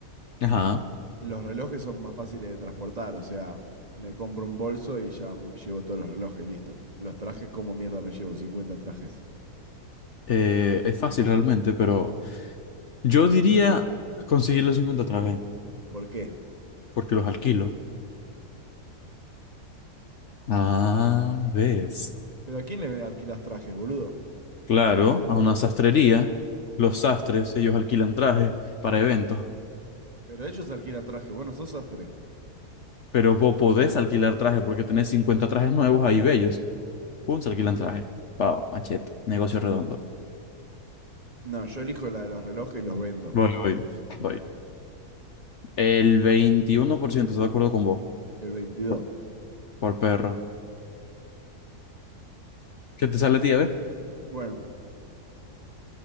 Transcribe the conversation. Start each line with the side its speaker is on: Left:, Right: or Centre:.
Left: Ajá,
Right: los relojes son más fáciles de transportar, o sea, me compro un bolso y ya mm, llevo todos los relojes y listo. Los trajes, cómo mierda me llevo? 50 trajes.
Left: eh, es fácil realmente, pero yo diría conseguir los 50 trajes,
Right: ¿Por qué?
Left: porque los alquilo. Ah, ves.
Right: ¿Pero a quién le alquilas trajes, boludo?
Left: Claro, a una sastrería, los sastres, ellos alquilan trajes para eventos,
Right: Pero ellos alquilan trajes, bueno, sos sastre.
Left: pero vos podés alquilar trajes porque tenés 50 trajes nuevos ahí bellos. Pum, se alquilan trajes. Pau, machete, negocio redondo.
Right: No, yo elijo la de los relojes y los vendo,
Left: Voy, voy, voy. El 21% está de acuerdo con vos,
Right: el 22.
Left: por, por perro. ¿Qué te sale, tía, ve?
Right: Bueno,